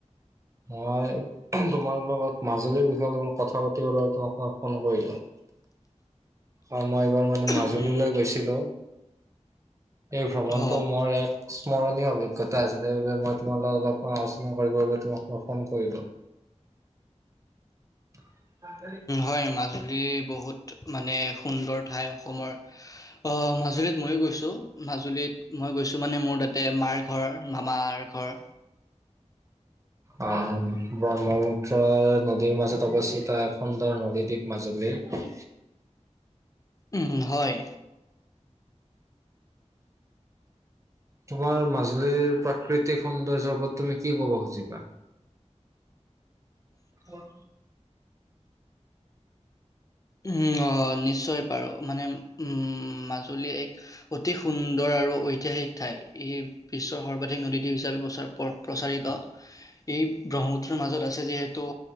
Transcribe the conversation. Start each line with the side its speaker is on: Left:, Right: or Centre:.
Right: মই তোমাৰ লগত মাজুলীৰ বিষয়ে অলপ মান কথা পাতিবলৈ তোমাক মই ফোন কৰিলো। আৰু মই এইবাৰ মানে মাজুলীলৈ
Left: উম,
Right: গৈছিলো, এই ভ্ৰমণটো
Left: অ'।
Right: মোৰ এক স্মৰণীয় অভিজ্ঞতা আছিল সেইবাবে মই তোমাল লগ অলপ আলোচনা কৰিবৰ বাবে তোমাক মই ফোন কৰিলো। <inaudible>
Left: হয় মাজুলী বহুত মানে সুন্দৰ ঠাই, অসমৰ অ' মাজুলীত ময়ো গৈছো, মাজুলীত মই গৈছো মানে, মোৰ তাতে মাৰ ঘৰ, মামাৰ ঘৰ।
Right: আহ ব্ৰহ্মপুত্ৰ নদীৰ মাজত অৱস্থিত সুন্দৰ নদী দ্বীপ মাজুলীৰ।
Left: উম হয়।
Right: তোমাৰ মাজুলীৰ প্ৰাকৃতিক সৌন্দৰ্য উপৰত তুমি কি কব খুজিবা? উম।
Left: উম নিশ্চয় পাৰো, মানে উম মাজুলী এক অতি সুন্দৰ আৰু ঐতিহাসিক ঠাই। ই বিশ্বৰ সৰ্বাধিক নদীদ্বপ হিচাপে প্ৰচাৰ। প্ৰচাৰিত, এই ব্ৰহ্মপুত্ৰৰ মাজত আছে যিহেতু